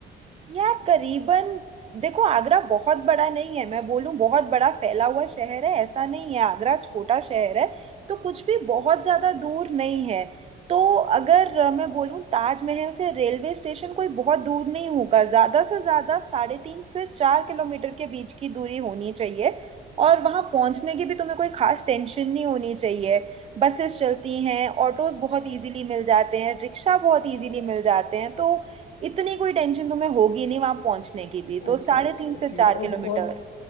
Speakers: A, on the right (about 30°); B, on the left (about 80°).
A: यार करीबन देखो आगरा बहुत बड़ा नहीं है मैं बोलूं बहुत बड़ा फैला हुआ शहर है ऐसा नहीं है आगरा छोटा शहर है तो कुछ भी बहुत ज्यादा दूर नहीं है तो अगर अ, मैं बोलूं ताजमहल से रेलवे स्टेशन कोई बहुत दूर नहीं होगा ज्यादा से ज्यादा साढ़े तीन से चार किलोमीटर के बीच की दूरी होनी चाहिए और वहां पहुंचने की भी तुम्हें कोई खास टेंशन नहीं होनी चाहिए बसेस चलती हैं ऑटोज बहुत इजीली मिल जाते हैं रिक्शा बहुत इजीली मिल जाते हैं तो इतनी कोई टेंशन तुम्हें होगी नहीं वहां पहुंचने की भी तो
B: ओके
A: साढ़े
B: ओके
A: तीन
B: ओके
A: से चार
B: और,
A: किलोमीटर
B: और